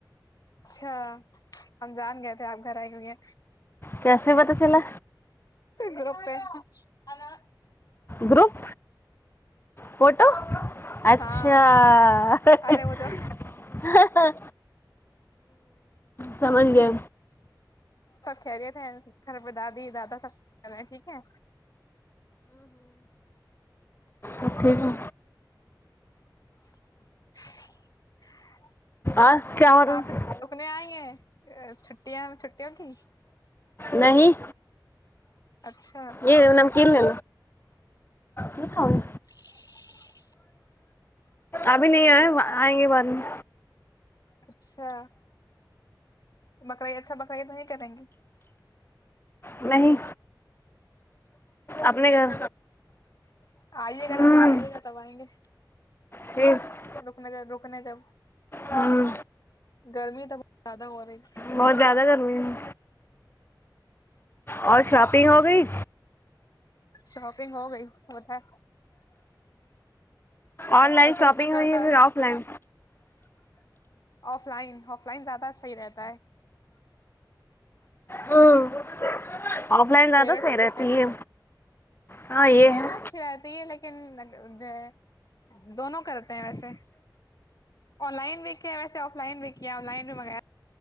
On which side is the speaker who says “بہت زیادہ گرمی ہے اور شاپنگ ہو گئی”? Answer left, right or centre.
Left